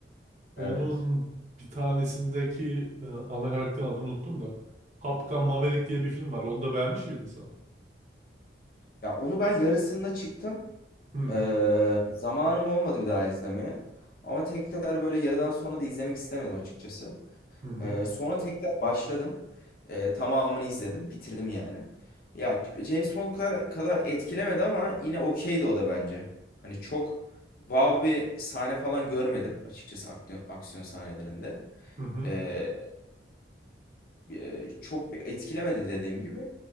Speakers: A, on the right (about 40°); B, on the left (about 50°).
A: Onun
B: Evet.
A: bir tanesindeki e, ana karakterin adını unuttum da. Top Gun Maverick diye bir film var. Onu da beğenmiş miydin sen?
B: Ya onu ben yarısında çıktım.
A: Hı
B: E, zamanım olmadı bir daha izlemeye. Ama tekrar böyle yarıdan sonra da izlemek istemedim açıkçası.
A: hı hı.
B: Ee, sonra tekrar başladım. Ee, tamamını izledim. Bitirdim yani. Ya James Bond kadar, kadar etkilemedi ama yine okeydi o da bence. Hani çok wow bir sahne falan görmedim açıkçası aksiyon, aksiyon sahnelerinde.
A: Hı hı.
B: Ee, e, çok bir etkilemedi dediğim gibi.